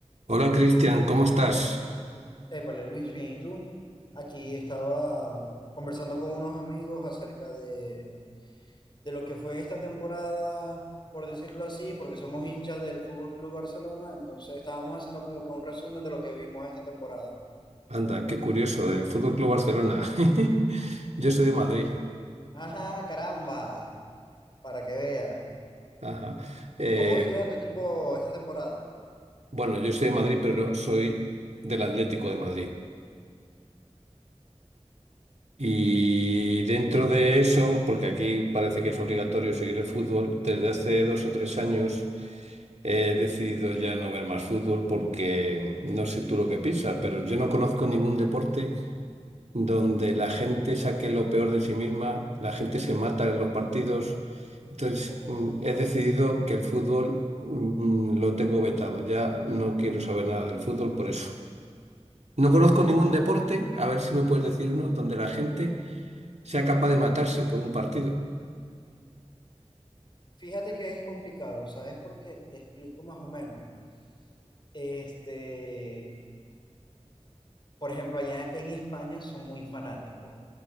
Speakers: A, on the right; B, on the left.
A: Hola Cristian, ¿cómo estás?
B: Épale, Luis, bien, ¿y tú? Aquí estaba conversando con unos amigos acerca de, de lo que fue esta temporada, por decirlo así, porque somos hinchas del Fútbol Club Barcelona, entonces estábamos haciendo como que un resumen de lo que vimos esta temporada.
A: Anda, qué curioso, del Fútbol Club Barcelona. <laughs> Yo
B: Sí,
A: soy
B: sí.
A: de Madrid.
B: Ajá, caramba, para que veas.
A: Ajá. Eh,
B: ¿Cómo viste a tu equipo esta temporada?
A: bueno, yo soy de Madrid, pero no, soy del Atlético de Madrid. Y dentro de eso, porque aquí parece que es obligatorio seguir el fútbol, desde hace dos o tres años he decidido ya no ver más fútbol porque no sé tú lo que piensas, pero yo no conozco ningún deporte donde la gente saque lo peor de sí misma, la gente se mata en los partidos. Entonces,
B: Oh,
A: mm, he decidido que el fútbol mm, lo tengo vetado. Ya no quiero saber nada del fútbol por eso. No conozco
B: Bueno,
A: ningún deporte, a ver si me puedes decir uno, donde la gente sea capaz de matarse por un partido.
B: fíjate que es complicado, ¿sabes por qué? Te explico más o menos. Este, por ejemplo, allá en España son muy fanáticos.